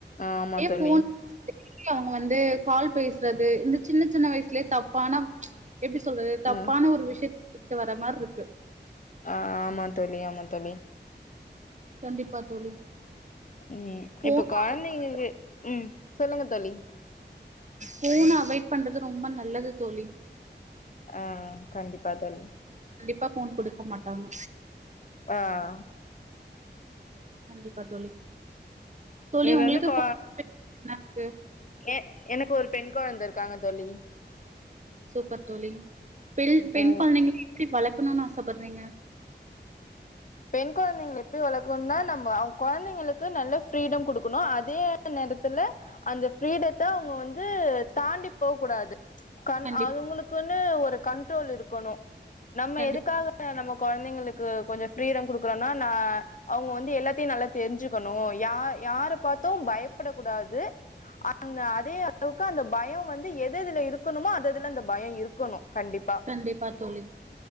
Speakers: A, on the left (about 45°); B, on the right (about 40°).
A: ஆமா தோழி
B: போன் வச்சுட்டு அவங்க வந்து கால் பேசுறது இந்த சின்ன சின்ன வயசுலயே தப்பான எப்படி சொல்றது தப்பான
A: ம்
B: ஒரு விஷயத் ட்டு வர மாரி இருக்கு
A: ஆஹ் ஆமா தோழி ஆமா தோழி
B: கண்டிப்பா தோழி
A: உம்
B: போன
A: இப்ப குழந்தைங்க
B: அவாய்ட் பண்
A: உம் சொல்லுங்க தோழி
B: போனு அவாய்ட் பண்றது ரொம்ப நல்லது தோழி
A: ஆஹ் கண்டிப்பா தோழி
B: அப்ப போன் கொடுக்க மாட்டாங்க
A: ஆஹ்
B: கண்டிப்பா தோழி தோழி
A: இது
B: உங்களுக்கு
A: வந்து கோ
B: என்ன இருக்கு
A: ஏ எனக்கு ஒரு பெண் குழந்தருக்காங்க தோழி
B: சூப்பர் தோழி பெண் பெண்
A: அ
B: கொழந்தைங்க எப்படி வளர்க்கணும்னு ஆசப்படுறீங்க
A: பெண் குழந்தைங்க எப்படி வளர்க்கணும்னா நம்ம அவங்க குழந்தைங்களுக்கு நல்ல ப்ரீடம் கொடுக்கணும் அதே நேரத்துல அந்த ஃப்ரீடத்த அவங்க வந்து தாண்டி போக கூடாது கண்
B: கண்டிப்
A: அதுங்களுக்குன்னு ஒரு கண் ட்ரோல் இருக்கணும் நம்ம
B: கண்டிப்
A: எதுக்காக நம்ம குழந்தைங்களுக் கொஞ்ச ஃப்ரீடம் கொடுக்கரோனா ந அவங்க வந்து எல்லாத்தையும் நல்லா தெரிஞ்சுக்கணும் யா யார் பாத்தும் பயப்படக்க கூடாது அந்த அதே அளவுக்கு அந்த பயம் வந்து எது எதுல இருக்கணுமோ அது அதுல அந்த பயம் இரு கணும் கண்டிப்பா
B: கண்டிப்பா தோழி